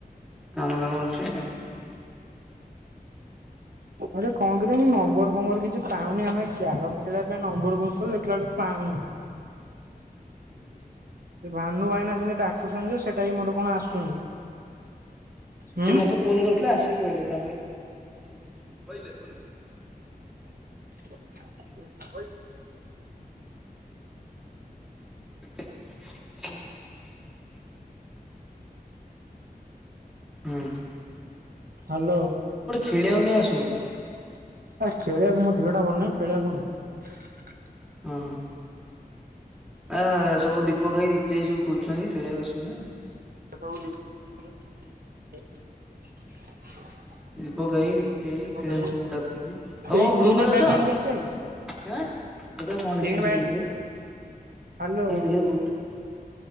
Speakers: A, in the centre; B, on the right.
A: କାମ ଦାମ ଅଛି କାମ କରିଆ।
B: ଆରେ କଣ କିରେ ମୁଁ ନମ୍ବର୍ ଫମ୍ୱର୍ କିଛି ପାଉନି, ଆମେ କ୍ୟାରମ୍ ଖେଳିବା ପାଇଁ ନମ୍ବର୍ ଖୋଜୁଥେଲି ଦେଖିଲା ବେଳକୁ ପାଉନି।
A: ଉୁଁ ହୁଁ
B: ସେ ଭାନୁ ଭାଇନା ସେନ୍ତି ଡାକୁଛନ୍ତି ଯେ, ସେଟା ବି ମୋରେ କଣ ଆସୁନି। ହୁଁ।
A: ସିଏ ମତେ ଫୋନ୍ କରିଥିଲେ ଆସିବେ କହିଲେ ତାଙ୍କର କଣ ଆସିବେ।
B: କହିଲେ?
A: ହୁଁ ହ ହୁଁ।
B: ହାଲୋ। <unintelligible>
A: ଖେଳିବାକୁ କାଇଁ ଆସୁନୁ
B: ଖେଳିଆକୁ ମୋ ଦେହଟା ଭଲ ନାହିଁ ଖେଳିଆକୁ କଣ ଯିବି।
A: ହଁ-ହଁ। ଆ ସବୁ ଦୀପକ ହାଇ ଦୀପ୍ତି ହାଇ ସବୁ ଖୋଜୁଚନ୍ତି ଖେଳିଆକୁ ଆସିବୁ ନା ଆଉ।
B: <inaudible>
A: ଦୀପକ ହାଇ ଦୀପ୍ତି ହାଇ ଖେଳିଆକୁ
B: ହଁ
A: ଡାକଚନ୍ତି, ତମେ
B: ଏଇ
A: କଣ ଗ୍ରୁପ୍
B: ଏଇନା
A: ରେ ଅଛ?
B: ବ୍ୟାଟ୍ ଆଣିକି ଆସିବା କି
A: ଦେଖେଇଲ କଣ ଲେଖଛନ୍ତି
B: ଏଇନା
A: ସେ
B: ବ୍ୟାଟ୍
A: ଗ୍ରୁପ୍ ରେ, କାଇଁ
B: ହ୍ୟାଲୋ
A: ଦେଖେଇଲ ଗ୍ରୁପ୍ ଟା।